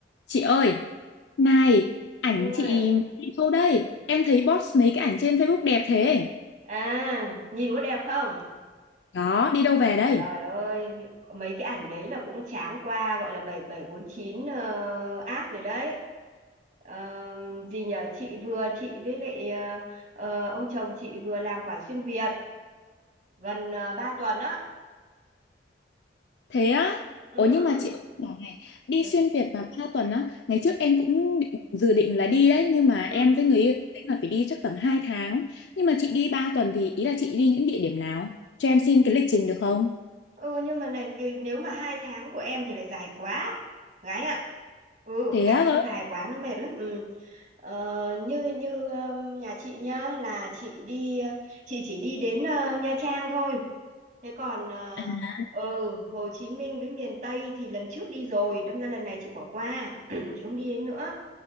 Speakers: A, on the left; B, on the right.
A: Chị ơi, này, ảnh
B: Ôi.
A: chị chị đâu đây? Em thấy post mấy cái ảnh trên Facebook đẹp thế.
B: À, nhìn có đẹp không?
A: Đó, đi đâu về đây?
B: Ôi Giời ơi, mấy cái ảnh đấy là cũng tráng qua gọi là 7749 ờ, app rồi đấy. Ờ, gì nhờ chị vừa chị với lại ờ, ờ, ông chồng chị vừa làm quả xuyên Việt gần uh, 3 tuần á.
A: Thế á?
B: Ừ.
A: Ủa nhưng mà chị ơi, bảo này, đi
B: Ừ.
A: xuyên Việt mà 3 tuần á, ngày trước em cũng định, dự định là đi đấy, nhưng mà
B: Ừ.
A: em với người yêu em tính là phải đi chắc tầm 2 tháng. Nhưng mà chị đi 3 tuần thì ý là chị đi những địa điểm nào? Cho em xin cái lịch trình được không?
B: Ừ nhưng mà này cái- nếu mà hai tháng của em thì lại dài quá gái ạ ừ
A: Thế
B: hai
A: á
B: tháng
A: cơ?
B: dài quá nó mệt lắm ừ. ờ, như như um, nhà chị nhá là chị đi chị chỉ đi đến ờ, Nha Trang thôi thế còn ờ,
A: À,
B: ừ Hồ Chí Minh với miền Tây thì lần trước đi rồi đâm ra lần này chị bỏ qua <clears throat> chị không đi đến nữa